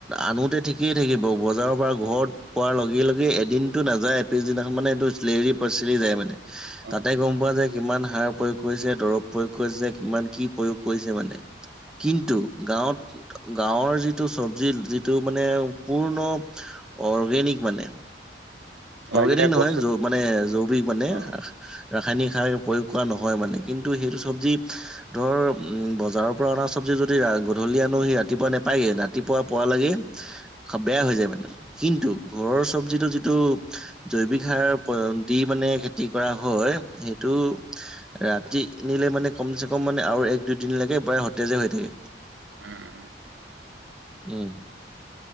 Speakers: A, in the centre; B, on the right.
A: আনোতে ঠিকেই থাকিব, বজাৰৰ পৰা ঘৰত- পোৱাৰ লগে-লগে এদিনটো নাযায় পিছদিনাখন মানে সেইটো লেৰেলি-পিছিলি যায় মানে।
B: অ অ,
A: তা'তে গ'ম পোৱা যায় কিমান সাৰ প্ৰয়োগ কৰিছে, দৰৱ প্ৰয়োগ কৰিছে, কিমান কি প্ৰয়োগ কৰিছে মানে, কিন্তু গাৱত- গাঁৱৰ যিটো চব্জি যিটো মানে পূৰ্ণ- অৰ্গেনিক মানে।
B: লাগিলে
A: অৰ্গেনিক নহয়,
B: কচু
A: যৌ মানে জৈৱিক মানে
B: অ
A: ৰাসায়নিক সাৰ প্ৰয়োগ কৰা- নহয় মানে, কিন্তু সেইটো চব্জিত- ধৰ' বজাৰৰ পৰা চব্জি যদি গধূলি আনো গে ৰাতিপুৱা নাপায় গৈ, ৰাতিপুৱা পোৱা লগে- বেয়া হৈ যায় মানে, কিন্তু ঘৰৰ চব্জি যিটো- জৈৱিক সাৰ পয়ন্তি মানে খেতি কৰা হয় সেইটো- ৰাতি নিলে মানে ক'ম-চেক'ম মানে আৰু এক দুইদিন লৈকে প্ৰায়াই সতেজে হয় থাকে।
B: উম।
A: উম।